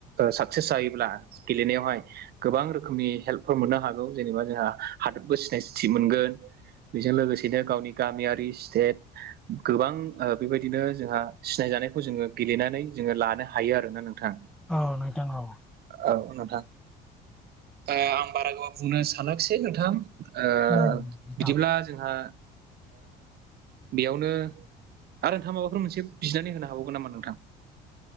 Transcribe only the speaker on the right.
साक्सेस जायोब्ला गेलेनायावहाय गोबां रोखोमनि हेल्पफोर मोननो हागौ जेनेबा जोंहा हादोरबो सिनायथि मोनगोन बेजों लोगोसेनो गावनि गामियारि स्टेट गोबां बेबायदिनो जोंहा सिनायजानाय खौ जोङो गेलेनानै जोङो लानो हायो आरोना नोंथां
औ नोंथां आं बारा गोबाव बुंनो सानासै नोंथां बिदिब्ला
जोंहा बेयावनो आरो नोंथां माबाफोर मोनसे बिनानै हो हाबावगोन नामा नोंथां